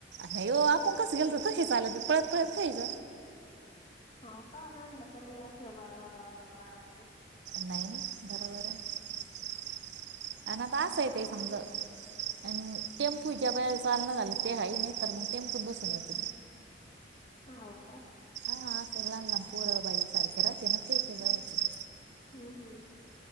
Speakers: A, on the right; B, on the left.
A: नाही हो, आपण कसं गेलतो तशी चालत पळत पळत काहीच्
B: हो का म्हटले पलया अस बार बार बार बार चालत मग.
A: नाहीईन बरोबरन <unintelligible> आणि तास
B: मग
A: येत समज आणि टेम्पू ज्या बाला चालना झालं ते आहे नाही तर मग टेम्पूत बसून येत.
B: हाव का?
A: हा असं लहान लहान पोरं बाई सारखे राहते ना ते के वयाचे
B: हम् हम्म